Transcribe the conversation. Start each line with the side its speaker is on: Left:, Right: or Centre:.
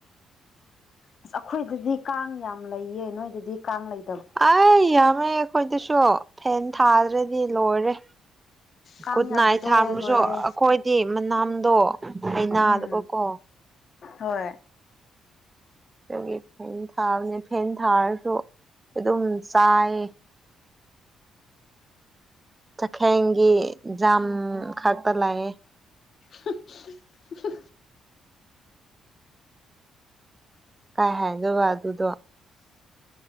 Left: ꯑꯁ ꯑꯩꯈꯣꯏꯗꯗꯤ ꯀꯥꯡ ꯌꯥꯝ ꯂꯩꯌꯦ ꯅꯣꯏꯗꯗꯤ ꯀꯥꯡ ꯂꯩ
Right: ꯑꯩ ꯌꯥꯝꯃꯦ ꯑꯩꯈꯣꯏꯗꯁꯨ ꯐꯦꯟ ꯊꯥꯗ꯭ꯔꯗꯤ ꯂꯣꯏꯔꯦ
Left: ꯀꯥꯡ
Right: ꯀꯨꯠ
Left: ꯌꯥꯝꯕꯗꯣ
Right: ꯅꯥꯏ ꯊꯥꯝ꯭ꯔꯁꯨ
Left: ꯂꯣꯏꯔꯦ
Right: ꯑꯩꯈꯣꯏꯗꯤ ꯃꯅꯥꯝꯗꯣ ꯑꯩꯅ
Left: ꯎꯝ
Right: ꯗꯕ ꯀꯣ
Left: ꯍꯣꯏ
Right: ꯑꯗꯨꯒꯤ ꯐꯦꯟ ꯊꯥꯕꯅꯦ ꯐꯦꯟ ꯊꯥꯔꯁꯨ ꯑꯗꯨꯝ ꯆꯥꯏ ꯆꯈꯦꯡꯒꯤ ꯖꯥꯝ ꯈꯥꯛꯇ ꯂꯥꯛꯑꯦ
Left: <inaudible>
Right: ꯀꯥꯏ ꯍꯥꯏꯗꯕ ꯑꯗꯨꯗꯣ